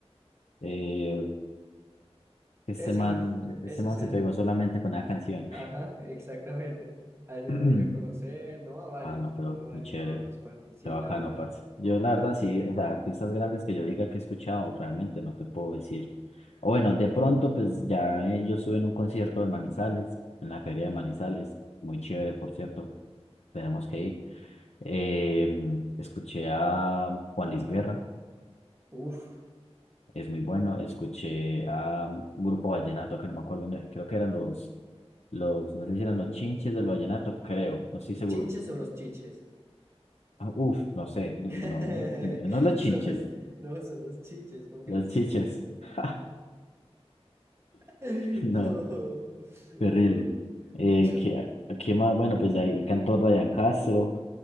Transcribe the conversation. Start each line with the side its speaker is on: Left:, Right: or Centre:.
Left: Eh, ese
Right: Ese
Left: man,
Right: man, ese
Left: ese man
Right: sí.
Left: se pegó solamente con una canción.
Right: Ajá, exactamente. A ese
Left: <clears throat>
Right: les llegué a conocer, ¿no? A varios,
Left: Ah, no, pero
Right: a varios,
Left: muy chévere.
Right: a varios. parce. Sí,
Left: Qué bacano,
Right: la verdad.
Left: parce. Yo, la verdad, sí, o sea, artistas grandes que yo diga que he escuchado, realmente no te puedo decir. O bueno, de pronto, pues ya eh, yo estuve en un concierto de Manizales, en la feria de Manizales, muy chévere, por cierto, tenemos que ir. Eh, escuché a Juan Luis Guerra,
Right: Uf,
Left: es muy bueno. Escuché a un grupo vallenato que no me acuerdo, creo que eran los, los, no sé si eran los Chinches del Vallenato, creo, no estoy
Right: ¿los
Left: seguro
Right: chinches o los chiches?
Left: Ah, Uf, no sé, no,
Right: <laughs>
Left: no, no, no los chinches,
Right: Son los, no, son los chiches, ¿cómo que
Left: los
Right: los
Left: chiches.
Right: chinches?
Left: <laughs>
Right: <laughs>
Left: No,
Right: No,
Left: terrible.
Right: no,
Left: Eh,
Right: mucho.
Left: ¿qué, qué más? Bueno, pues ahí cantó Ryan Castro,